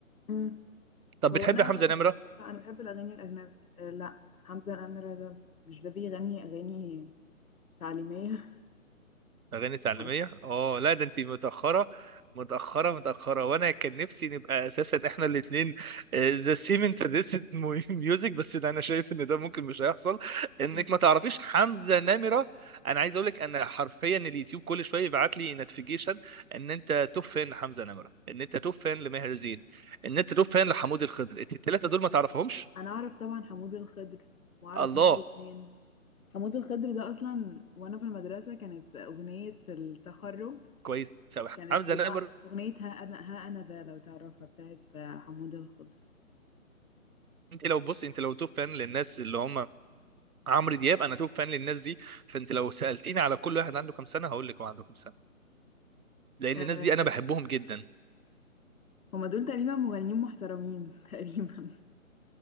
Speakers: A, on the left (about 75°); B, on the right (about 80°).
A: م.
B: طب
A: هو
B: بتحب
A: انا
B: حمزه نمره
A: لا انا بحب الاغاني الاجنبي آه، لا حمزة الأميرة ده مش ده بيغني اغاني تعليمية
B: اغاني تعليميه
A: <laughs>
B: اه لا ده انت متاخره متاخره متاخره وانا كان نفسي نبقى اساسا احنا الاثنين ذا سيم انترستد ميوزك <laughs> بس ده انا شايف ان ده ممكن مش هيحصل انك
A: مم.
B: ما تعرفيش حمزه نمره انا عايز اقول لك انا حرفيا اليوتيوب كل شويه يبعت لي نوتيفيكيشن ان انت توب فان لحمزه نمره ان انت توب فان لماهر زين ان انت توب فان لحمود الخضر انت الثلاثه دول ما تعرفهمش
A: انا اعرف طبعا حمود الخضر واعرف
B: الله
A: ماهر الزين حمود الخضر ده اصلا وانا في المدرسة كانت اغنية التخرج
B: كويس قوي
A: كانت
B: حمزه
A: بتاع
B: نمره
A: اغنية ها انا ها انا ده لو تعرفها بتاعت آه، حمود الخضر
B: انت لو بص انت لو توب فان للناس اللي هم عمرو دياب انا توب فان للناس دي فانت لو سالتيني على كل واحد عنده كام سنه هقول لك هو عنده كام سنه لان
A: أه
B: الناس دي انا بحبهم جدا
A: هما دول تقريبا مغنيين محترمين <laughs> تقريبا